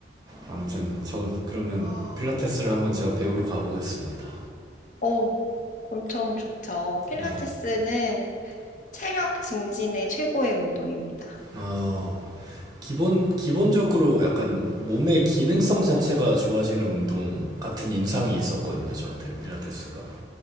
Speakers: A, on the right; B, on the left.
A: 아무튼 저 그러면 필라테스를 한번 제가 배우러 가보겠습니다.
B: 어, 엄청 좋죠. 필라테스는
A: 네.
B: 체력 증진의 최고의 운동입니다.
A: 어, 기본 기본적으로 약간 몸의 기능성 자체가 좋아지는 운동 같은 인상이 있었거든요. 저한테는 필라테스가